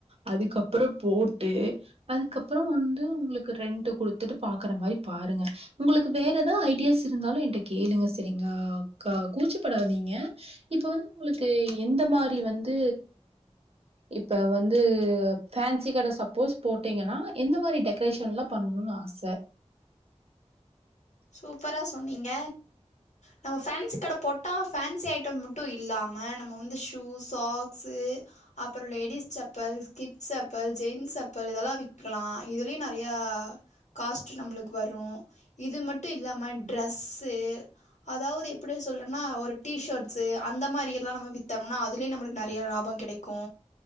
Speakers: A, on the right; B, on the left.
A: அதுக்கப்புறோ போட்டு அதுக்கப்புறோ வந்து உங்களுக்கு ரெண்ட் கொடுத்துட்டு பாக்குற மாரி பாருங்க உங்களுக்கு வேற எதாவது ஐடியாஸ் இருந்தாலு என்ட கேளுங்க சரிங்களா கா கூச்சப்படாதீங்க இப்ப வந்து உங்களுக்கு எந்த மாரி வந்து வந்து இப்ப வந்து ஃபேன்சி கடை சப்போஸ் போட்டீங்கன்னா எந்த மாரி டெக்ரேஷன் எலா பண்ணணுனு ஆச
B: சூப்பரா சொன்னீங்க நம்ம ஃபேன்சி கடை போட்டா ஃபன்சி ஐட்டம் மட்டு இல்லாம நம்ம வந்து ஷூஸ் சாக்ஸு அப்புறோ ladies chappal kids chappal gents chappal இதெல்லா விக்கலா இதுலயு நெறையா காஸ்ட்டு நம்மளுக்கு வரு இது மட் மட்டு இல்லாம ட்ரெஸ்ஸு அதாவது எப்பிடி சொல்றோனா ஒரு டிஷர்ட்ஸு அந்த மாரி எல்லா நம்ம வித்தம்னா அதுலையும் நம்மளுக்கு நெறைய லாபம் கெடைக்கு